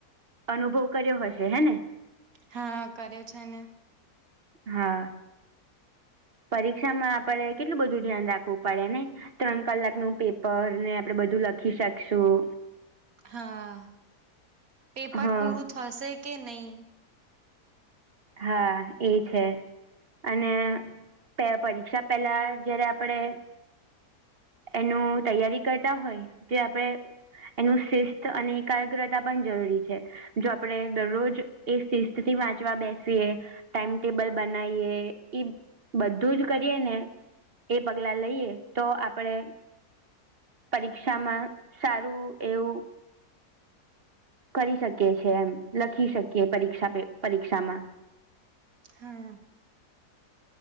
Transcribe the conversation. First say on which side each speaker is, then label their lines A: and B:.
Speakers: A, on the right; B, on the right.
A: અનુભવ કર્યો હશે હેને
B: હા કર્યો છે ને
A: હા પરીક્ષામાં આપડે કેટલું બધું ધ્યાન રાખવ હું પડે નહી ત્રણ કલાક નું પેપર ને આપડે બધું લખી શકશું.
B: હા પેપર
A: હા
B: પૂરું થશે કે નહીં.
A: હા એ છે. અને પે પરીક્ષા પહેલાં જ્યારે આપણે એનું તૈયારી કરતા હોય જે આપડણે એનું શિસ્થ અને એકાગ્રતા પણ જરૂરી છે. જો આપડે દરરોજ એ સ્સ્થિતિ વાંચવા બેસે એ ટાઈમ ટેબલ બનાવીએ ઈ બધું જ કરીએ ને એ પગલાં લઈએ તો આપણે પરીક્ષામાં સારું એવું. કરી શકીએ છે એમ લખી શકીએ પરીક્ષા પરીક્ષામાં
B: હા.